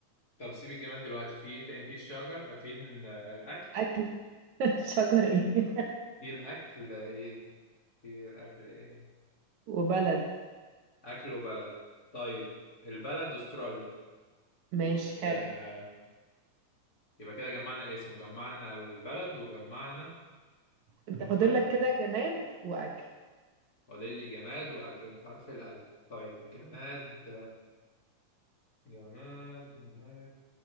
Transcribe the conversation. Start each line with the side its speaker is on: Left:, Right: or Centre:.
Left: طب سيب الجماد دلوقتي، في إيه تاني في الشجر، آه، في ال- الأكل.
Right: اكل <laughs> شجر ايه <laughs>
Left: ايه الاكل ايه في الأكل إيه؟
Right: وبلد
Left: أكل وبلد طيب البلد أستراليا
Right: ماشي
Left: وال-
Right: حلو
Left: يبقى كده جمعنا الاسم وجمعنا البلد وجمعنا
Right: انت
Left: جمعنا
Right: فاضل لك كده جماد واكل
Left: فاضل لي جماد وأكل بحرف الألف طيب جماد جماد جماد